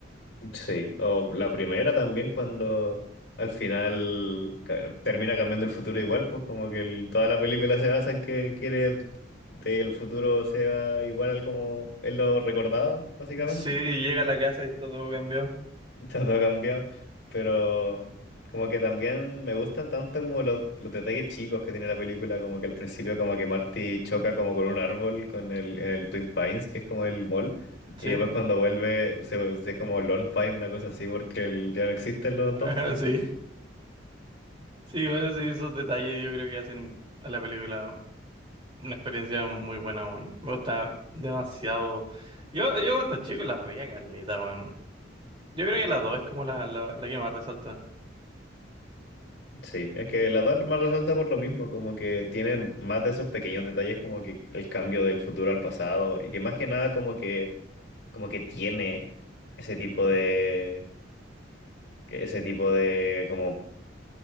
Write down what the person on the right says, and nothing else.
Sí, llega a la casa y está todo cambiado.
Sí,
<laughs>
ajá,
sí. Sí, bueno, sí, esos detalles yo creo que hacen a la película una experiencia muy buena, weón. Me gusta demasiado. Yo, yo cuando chico las veía caleta, weón. Yo creo que la 2 es como la, la, la que más resalta.
Mm,